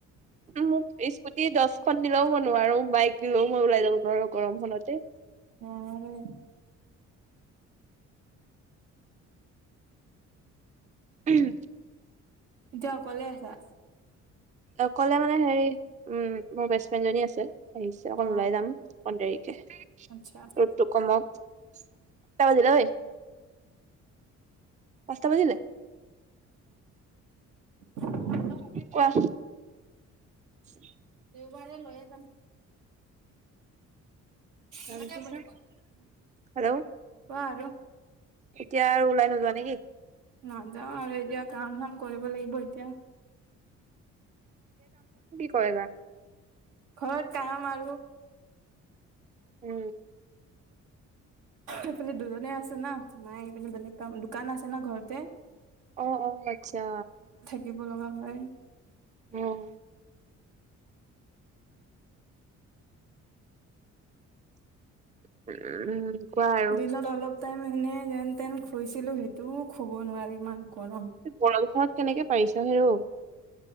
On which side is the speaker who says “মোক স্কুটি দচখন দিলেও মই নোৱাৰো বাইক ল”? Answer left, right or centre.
Right